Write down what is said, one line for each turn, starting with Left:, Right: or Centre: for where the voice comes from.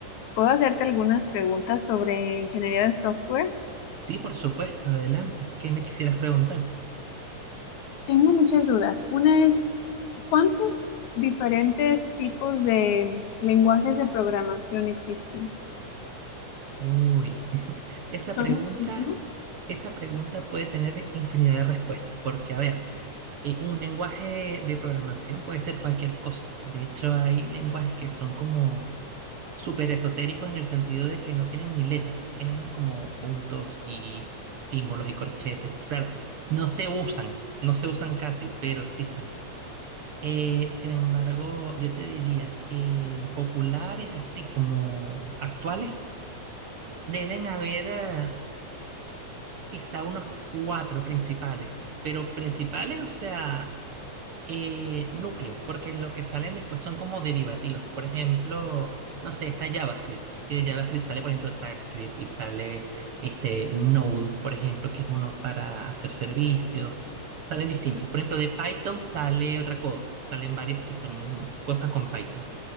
Left: ¿puedo hacerte algunas preguntas sobre ingeniería de software?
Right: Sí, por supuesto, adelante. ¿Qué me quisieras preguntar?
Left: Tengo muchas dudas. Una es, ¿cuántos diferentes tipos de lenguajes de programación existen?
Right: Uy, <laughs> esa
Left: Son
Right: pregunta,
Left: muchísimos.
Right: esa pregunta puede tener infinidad de respuestas, porque a ver, eh, un lenguaje de programación puede ser cualquier cosa. De hecho, hay lenguajes que son como súper esotéricos en el sentido de que no tienen ni letras, tienen como puntos y símbolos y corchetes. Claro, no se usan, no se usan casi, pero existen. Eh, sin embargo, yo te diría que populares así como actuales deben haber eh, quizá unos cuatro principales, pero principales, o sea eh, núcleo, porque lo que salen después son como derivativas. Por ejemplo, no sé, está JavaScript. Y de JavaScript sale, por ejemplo, TypeScript y sale este Node, por ejemplo, que es uno para hacer servicios. Salen distintos. Por ejemplo, de Python sale otra cosa. Salen varios que son cosas con Python.